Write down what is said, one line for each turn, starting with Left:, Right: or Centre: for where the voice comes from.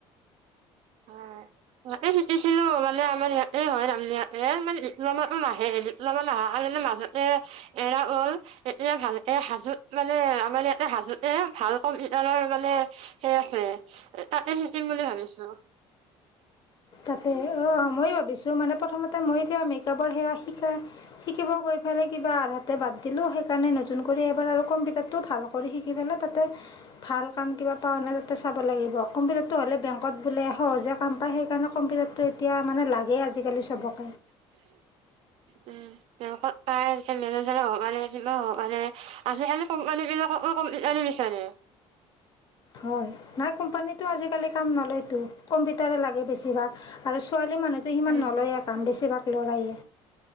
Right: হয় মতে চুটিছিলো মান <unintelligible> মানে আমাৰ ইয়াতে হয় মানে ইপানো নাহে, ইপলামান অহাৰ কাৰে মাজতে এৰা হ'ল এতিয়া ভালকে হাজোত মানে আমাৰ ইয়াতে হাজোতে ভাল কম্পিউটাৰৰ মানে সেই আছে তাতে শিকিম বুলি ভাবিছোহ
Left: তাতে অ মই ভাবিছো মানে প্ৰথমতে ময়ো কিবা মেকআপৰ সেৱা শিকাই শিকিব গৈ পেলাই কিবা আধাতে বাদ দিলোঁ, সেইকাৰণে নতুন কৰি এবাৰ আৰু কম্পিউটাৰটো ভাল কৰি শিকি পেলাই তাতে ভাল কাম কিবা পাওঁ নে তাতে চাব লাগিব কম্পিউটাৰটো হ'লে বেংকত বোলে সহজে কাম পায় সেইকাৰণে। কম্পিউটাৰটো এতিয়া মানে লাগেই আজিকালি চবক।
Right: উম তেওঁত পাই এ মেনেজাৰ হওক বা কিবা হওঁক বা আজি খালি কোম্পানী বিলাক কম্পিউটাৰ বিচাৰে
Left: হয় নাই কোম্পানীত আজিকালি কাম নলয়তো কম্পিউটাৰে লাগে বেছিভাগ আৰু ছোৱা মানুহটো সিমান
Right: উম
Left: নলয় কাম বেছিভাক লৰাইে